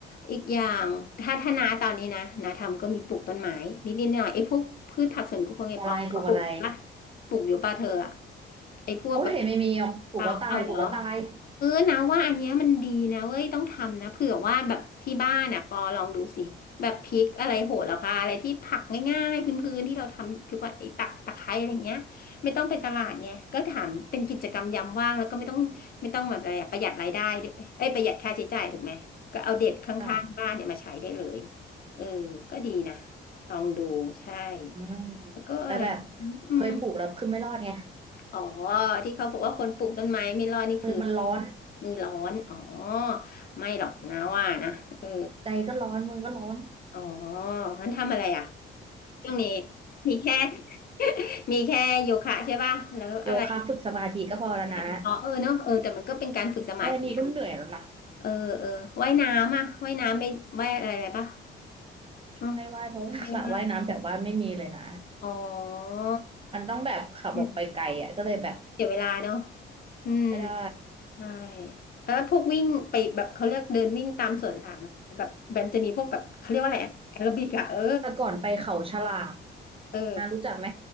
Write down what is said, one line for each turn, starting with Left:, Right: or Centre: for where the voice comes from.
Left: อีกอย่างถ้าถ้านาตอนนี้นะนาทำก็มีปลูกต้นไม้นิดๆหน่อยๆไอ้พวกพืชผักสวนครัวไงปอเขาปลูกปะ
Right: ปลูกอะไรปลูกอะไร
Left: ปลูกอยู่ปะเธออะไอ้พวกแบบ
Right: โอ้ยไม่มีหรอกปลูกแล้วตายปลูกแล้วตาย
Left: เอาเอาเหรอ เออนะว่าอันเนี้ยมันดีนะเว้ยต้องทำนะเผื่อว่าแบบที่บ้านอ่ะปอลองดูสิแบบพริกอะไรโหระพาอะไรที่ผักง่ายๆพื้นๆที่เราทำทุกวันไอ้ตะตะไคร้อะไรเงี้ยไม่ต้องไปตลาดไงก็ถามเป็นกิจกรรมยามว่างแล้วก็ไม่ต้องไม่ต้องแบบอะไรอะประหยัดรายได้ด้วยเอ้ยประหยัดค่าใช้จ่ายถูกไหมก็เอาเด็ดข้างๆบ้านเนี่ยมาใช้ได้เลย
Right: ค่ะ
Left: เออก็ดีนะลองดูใช่
Right: อืม
Left: แล้วก็อะไร
Right: แต่แบบ
Left: อืม
Right: เคยปลูกแล้วคือไม่รอดไง
Left: อ๋อที่เขาบอกว่าคนปลูกต้นไม้ไม่รอดนี่คือ
Right: มือมันร้อน
Left: มือร้อนอ๋อไม่หรอกนะว่านะเออ
Right: ใจก็ร้อนมือก็ร้อน
Left: อ๋องั้นทำอะไรอ่ะช่วงนี้มีแค่ <laughs> มีแค่โยคะใช่ป่ะแล้วอะไร
Right: <laughs> โยคะฝึกสมาธิก็พอแล้วนะ
Left: ฝึกสมาธิอ๋อเออเนอะเออแต่มันก็เป็นการฝึกสมาธิอย่าง
Right: แค่นี้ก็เหนื่อยแล้วนะ
Left: เออเออว่ายน้ำอ่ะว่ายน้ำไม่ว่ายอะไรป่ะอ๋อ
Right: ไม่ว่ายเพราะสระว่ายน้ำแถวบ้านไม่มีเลยนะ
Left: ไม่ว่ายอ๋อเออ
Right: มันต้องแบบขับออกไปไกลอ่ะก็เลยแบบ
Left: อืมเสียเวลาเนอะอืม
Right: ไม่ได้
Left: ใช่แล้วพวกวิ่งไปแบบเขาเรียกเดินวิ่งตามสวนสาธารณะแบบแบนจะมีพวกแบบเขาเรียกว่าอะไรอะแอโรบิกอะเออ
Right: แต่ก่อนไปเขาฉลาก
Left: เออ
Right: นารู้จักไหม